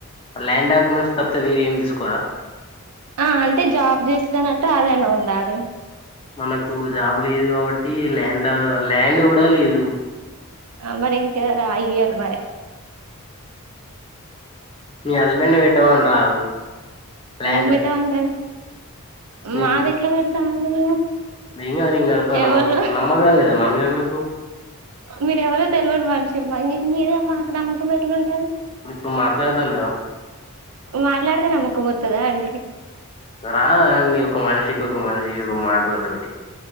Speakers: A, on the left; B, on the right.
A: ల్యాండ్ డాక్యుమెంట్స్ తప్తే వేరే ఏం తీసుకోరా
B: ఆ అంటే జాబ్ చేస్తూన్నట్టు అదైన ఉండాలే
A: మనకు జాబ్ లేదు కాబట్టి ల్యాండా ల్యాండ్ కూడ లేదు
B: ఆ మరి ఇంకా రా ఇయ్యారు మరి
A: మీ హస్బెండ్ ని పెట్టామని రాదు ల్యాండ్
B: ఎం పెట్టమంటరు మాది
A: మీకు
B: ఎట్ల పెడతామండి మేము
A: ఏం గాదు నేను కడతాన్
B: ఎవలో
A: అమౌంట్ నమ్మకా లేద నా మీద మీకు
B: మీరెవరో తెలివరు మనిషిమ్మా మీద మాకు నమ్మకం ఎట్ల ఉంటది
A: ఇప్పుడు మాట్లాడదల్లా
B: మాట్లాడితే నమ్మకపోతదా అండి
A: రాదా అని ఒక మనిషికి ఒక మనిషికి ఒక మాటల తోటి